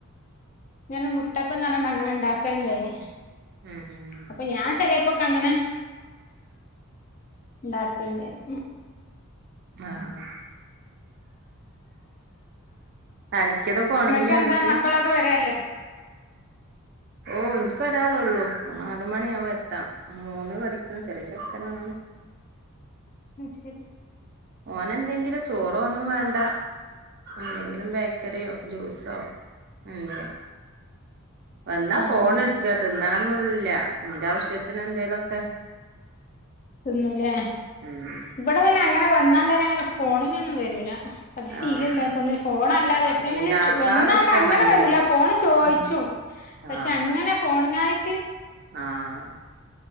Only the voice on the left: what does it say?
ഇങ്ങനെ മുട്ടപ്പന്ന് പറഞ്ഞ് ഇണ്ടാക്കല്ണ്ടേനി
അപ്പ ഞാൻ ചെലേപ്പൊക്കെ അങ്ങനെ ഇണ്ടാക്കല്ണ്ടേനി
ഇങ്ങക്കെന്താ
മക്കളൊക്കെ വരാറില്ലേ
അത് ശരി
ആഹ്
തിന്നൂലേ
ഇവിടെ പിന്നെ അങ്ങനെ വന്നാണ്ടരെ അങ്ങനെ ഫോണിനൊന്നും വെരൂല അത് ശീലല്ലാത്തോണ്ട്
ഫോണല്ലാതെ
എപ്പളേലും
വന്നാണ്ട് അങ്ങനെ
വെരൂല ഫോണ് ചോയിച്ചും പക്ഷെ
അങ്ങനെ ഫോണിനായിട്ട്